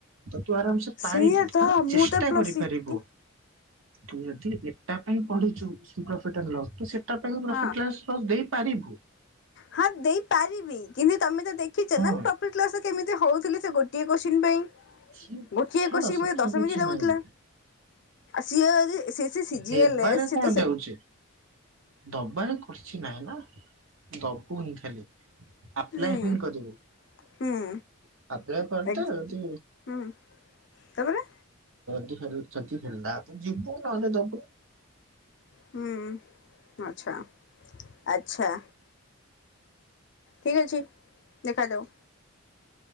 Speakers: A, on the right; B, on the left.
A: ତ ତୁ ଆରାମ୍ ସେ ପାରିବୁ
B: ସେଇଆ ତ
A: ହେଲା
B: ମୁଁ
A: ଚେଷ୍ଟା
B: ତ ପ୍ଲସ୍
A: କରିପାରିବୁ।
B: ସିଟି
A: ତୁ ଯଦି ଏଟା ପାଇଁ ପଢିଛୁ ପ୍ରଫିଟ୍ ଲସ୍ ତ ସେଟା ପାଇଁ ପ୍ରଫିଟ
B: ହଁ।
A: ଲସ୍ ଦେଇପାରିବୁ।
B: ହଁ ଦେଇପାରିବି କିନ୍ତୁ ତମେ ତ ଦେଖିଛ
A: ହଁ
B: ନା ପ୍ରଫିଟ୍ ଲସ୍ କେମିତି ହଉଥିଲି ସେ ଗୋଟିଏ କୋଶ୍ଚିିନ୍ ପାଇଁ
A: ସିଏ
B: ଗୋଟିଏ
A: ଛାଡ
B: କୋଶ୍ଚିିନ୍
A: ସେଥିରେ
B: ପାଇଁ ମତେ ଦଶ
A: କିଛି
B: ମିନିଟ୍ ଲାଗୁଥିଲା
A: ନାହିଁ।
B: ସିଏ ଯଦି ସିଏ ସିଏ ସିଜିଏଲେ
A: ଦେବାରେ
B: ସିଏ
A: କଣ
B: ତ ସେ
A: ଯାଉଛି? ଦବାନେ କରଛି ନାଇଁ ନା ଦବୁନି ଖାଲି ଆପ୍ଲାଏ
B: ହୁଁ
A: ହିଁ କରିବୁ
B: ହୁଁ
A: <unintelligible> ଆଣ ପଦ
B: ଏଗ୍
A: ତ ଯଦି
B: ହୁଁ ତାପରେ
A: ଯଦି ହେରିଲା ଆପଣ ଯିବୁ ନହେଲେ ଦବୁ
B: ହୁଁ ଆଚ୍ଛା ଆଚ୍ଛା। ଠିକ୍ ଅଛି ଦେଖା ଯାଉ